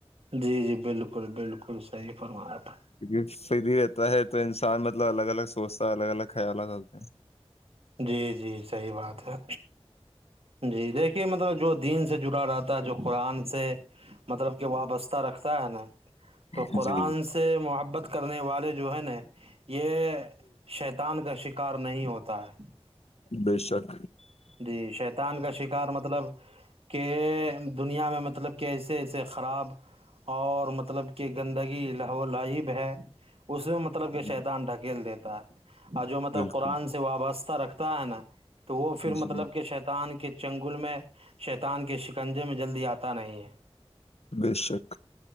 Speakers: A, on the right (about 65°); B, on the left (about 70°).
A: جی جی بالکل بالکل صحیح فرمایا تھا
B: کو کیونکہ فری رہتا ہے تو انسان مطلب الگ الگ سوچتا الگ الگ خیالات کرتے ہیں
A: جی جی صحیح بات ہے جی دیکھیے مطلب جو دین سے جڑا رہتا ہے جو قرآن سے مطلب کہ وابستہ رکھتا ہے نا تو
B: جی
A: قرآن سے محبت کرنے والے جو ہے نا یہ شیطان کا شکار نہیں ہوتا تا ہے
B: بے شک
A: جی شیطان کا شکار مطلب کہ دنیا میں مطلب کہ ایسے ایسے خراب اور مطلب کہ گندگی ل و لائب ہے اس میں مطلب کہ
B: جی
A: شییدان ڈھکیل دیتے <unintelligible> اور جو مطلب
B: بالکل
A: قرآن سے وابستہ رکھتے تو ہے نا تو وہ پھر
B: جی
A: مطلب کہ شیتان کے چنگل میں شیتان کے شکنجے میں جلدی آتا نہیں ہے
B: بے شک